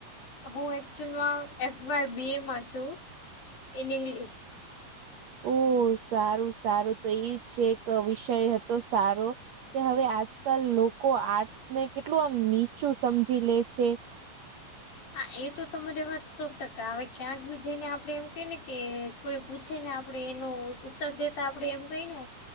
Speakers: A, on the left; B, on the right.
A: હું એકચુલમાં એફ વાય બી એમાં છું ઇન ઇંગ્લિ
B: ઓ સારું સારું તો ઈજ એક
A: હા
B: વિષય હતો સારો કે હવે આજકાલ લોકો આર્ટસને કેટલું આમ નીચું સમજી લે છે
A: હા એ તો તમારી વાત સો ટકા હવે ક્યાંક બી જઈને આપડે એમ કને કે કોઈ પૂછે ને આપણેે એનો ઉત્તર દેતા આપડે એમ કઈ ને